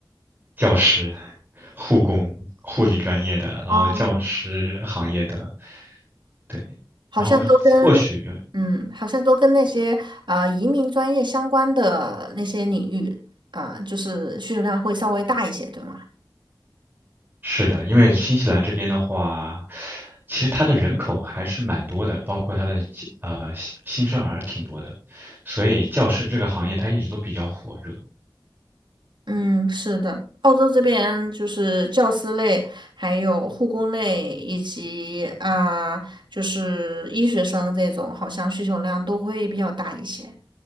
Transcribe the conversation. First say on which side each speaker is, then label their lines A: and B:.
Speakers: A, on the right; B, on the right.
A: 教师、护工、护理专业的，然后教师行业的，
B: 哦，
A: 对，
B: 好像都跟，
A: 然后或许
B: 嗯，好像都跟那些呃移民专业相关的那些领域，啊、就是需求量会稍微大一些，对吗？
A: 是的，因为新西兰这边的话，其实它的人口还是蛮多的，包括它的呃新新生儿挺多的，所以教师这个行业它一直都比较火热。
B: 嗯，是的，澳洲这边就是教师类，还有护工类，以及啊、就是医学生这种，好像需求量都会比较大一些。